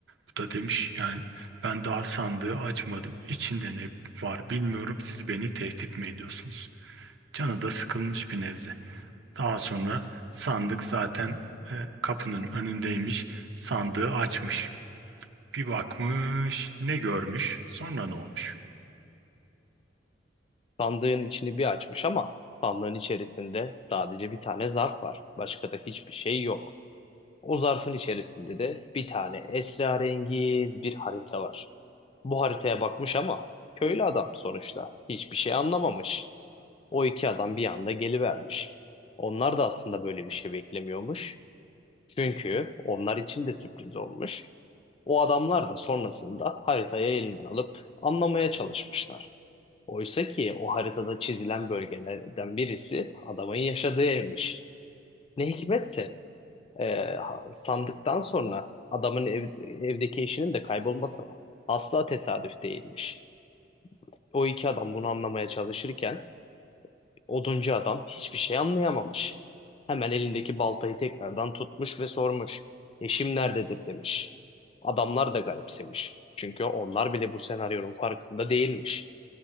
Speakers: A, on the right; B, on the left.
A: Bu da demiş yani ben daha sandığı açmadım. İçinde ne var bilmiyorum. Siz beni tehdit mi ediyorsunuz? Canı da sıkılmış bir nebze. Daha sonra sandık zaten e, kapının önündeymiş. Sandığı açmış. Bir bakmış, ne görmüş, sonra ne olmuş?
B: Sandığın içini bir açmış ama sandığın içerisinde sadece bir tane zarf var. Başka da hiçbir şey yok. O zarfın içerisinde de bir tane esrarengiz bir harita var. Bu haritaya bakmış ama köylü adam sonuçta hiçbir şey anlamamış. O iki adam bir anda gelivermiş. Onlar da aslında böyle bir şey beklemiyormuş. Çünkü onlar için de sürpriz olmuş. O adamlar da sonrasında haritayı elinden alıp anlamaya çalışmışlar. Oysa ki o haritada çizilen bölgelerden birisi adamın yaşadığı evmiş. Ne hikmetse ee, sandıktan sonra adamın ev- evdeki eşinin de kaybolması asla tesadüf değilmiş. O iki adam bunu anlamaya çalışırken oduncu adam hiçbir şey anlayamamış. Hemen elindeki baltayı tekrardan tutmuş ve sormuş. Eşim nerededir demiş. Adamlar da garipsemiş. Çünkü onlar bile bu senaryonun farkında değilmiş.